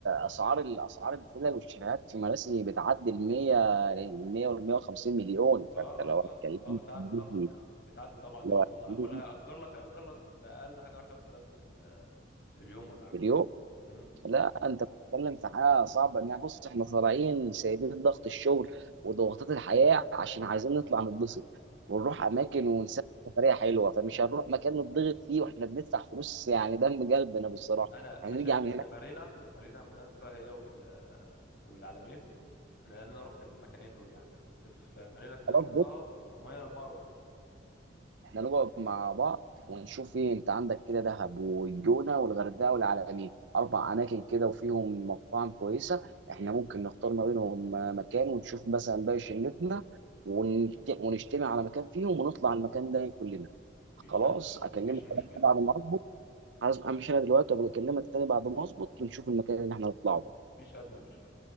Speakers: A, on the right; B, on the left.
A: اسعار الاسعار الفلل والشاليهات في مراسي بتعدي ال 100 ال 100 وال 150 مليون
B: اه اه
A: فانت لو هتكلمني
B: اه اه بتعدي
A: في-
B: طبعا بتعدي طبعا طبعا
A: لو
B: ولا
A: هتكلمني
B: ولا هيأجر لك هيأجر لك بأقل حاجه 10000 في ال- في اليوم ولا حاجه
A: في مليون
B: مم.
A: لا انت بتتكلم في حاجه صعبه انها بص احنا طالعين سايبين ضغط الشغل وضغوطات الحياه عشان عايزين نطلع نتبسط ونروح
B: <laughs>
A: اماكن ونسافر سفريه حلوه فمش هنروح مكان نتضغط فيه واحنا بندفع فلوس يعني دم قلبنا بصراحه
B: انا
A: هنرجع
B: انا شايف
A: من
B: ان
A: هناك
B: مارينا مارينا مناسبه هي وال والعلمين انا لان انا رحت المكانين دول يعني انا كنت في مارينا اتنين
A: خلاص
B: رحتها ومارينا اربعه رحتها
A: احنا نقعد مع بعض ونشوف ايه انت عندك كده دهب والجونه والغردقه والعلمين اربع اماكن كده وفيهم مطاعم كويسه احنا ممكن نختار ما بينهم آه، مكان ونشوف مثلا باقي شلتنا ونت- ونجتمع على مكان فيهم ونطلع المكان ده كلنا
B: مفيش
A: خلاص
B: أي مش...
A: اكلمك
B: مفيش مشكلة
A: بعد ما اظبط عايز- امشي انا دلوقتي وابقى اكلمك تاني بعد ما اظبط ونشوف المكان اللي احنا هنطلعه ده
B: مفيش أدنى مشكلة